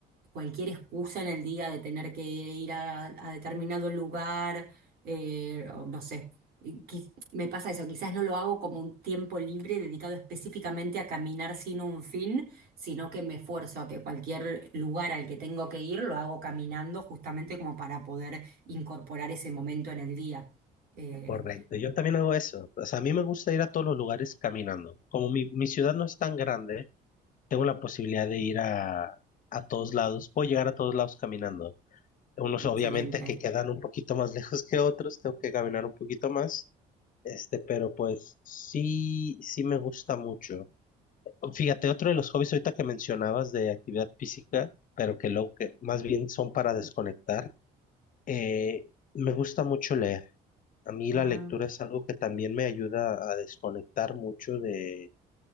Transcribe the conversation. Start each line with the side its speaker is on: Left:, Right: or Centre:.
Right: cualquier excusa en el día de tener que ir a, a determinado lugar, eh, o no sé. Y qui- Me pasa eso, quizás no lo hago como un tiempo libre dedicado específicamente a caminar sin un fin, sino que me esfuerzo a que cualquier lugar al que tengo que ir lo hago caminando justamente como para poder incorporar ese momento en el día. Eh,
Left: Correcto, yo también hago eso. O sea, a mí me gusta ir a todos los lugares caminando. Como mi, mi ciudad no es tan grande, tengo la posibilidad de ir a, a todos lados. Puedo llegar a todos lados caminando. Unos
Right: excelente.
Left: obviamente que quedan un poquito más <laughs> lejos que otros, tengo que caminar un poquito más. Este, pero pues sí, sí me gusta mucho. Fíjate, otro de los hobbies ahorita que mencionabas de actividad física, pero que lo que más bien son para desconectar. Eh, me gusta mucho leer. A mí
Right: Ah.
Left: la lectura es algo que también me ayuda a desconectar mucho de,